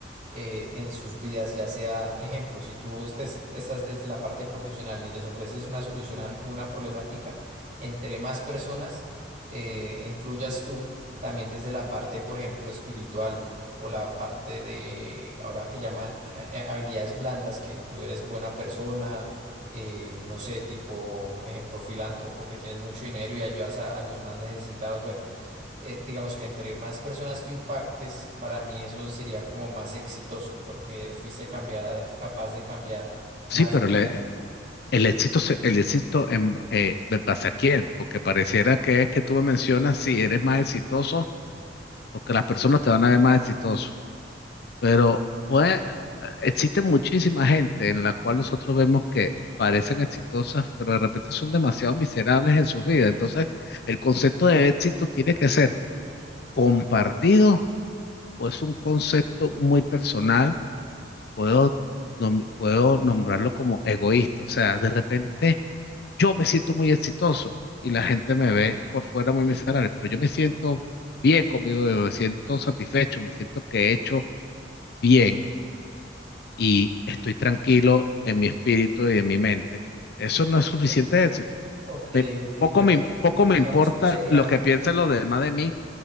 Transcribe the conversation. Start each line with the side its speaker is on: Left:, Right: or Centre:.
Right: eh, en sus vidas, ya sea, ejemplo, si tú estés- estás desde la parte profesional y les ofreces una solución a algo- una problemática, entre más personas eh, influyas tú, también desde la parte, por ejemplo, espiritual o la parte de, ahora que llaman eh, eh, habilidades blandas, que tú eres buena persona. eh, no sé, tipo, ejemplo, filántropo que tienes mucho dinero y ayudas a a los más necesitados. Bueno, eh, digamos que entre más personas tú impactes, para mí eso sería como más exitoso, porque fuiste cambiada, capaz de cambiar más
Left: Sí, pero
Right: vidas.
Left: le- el éxito, se- el éxito en, eh, ¿en base a quién? Porque pareciera que es que tú me mencionas si eres más exitoso, porque las personas te van a ver más exitoso. Pero pues, existe muchísima gente en la cual nosotros vemos que parecen exitosas, pero de repente son demasiado miserables en sus vidas. Entonces, el concepto de éxito tiene que ser compartido o es un concepto muy personal puedo, nom- puedo nombrarlo como egoísta. O sea, de repente yo me siento muy exitoso y la gente me ve por fuera muy miserable, pero yo me siento bien conmigo, yo me siento satisfecho, me siento que he hecho bien y estoy tranquilo en mi espíritu y en mi mente. Eso no es suficiente
Right: O-
Left: éxito.
Right: Ok,
Left: Me-
Right: ok,
Left: poco
Right: bueno,
Left: me, poco me
Right: digamos
Left: importa
Right: que sería
Left: lo que piensen los demás de mí.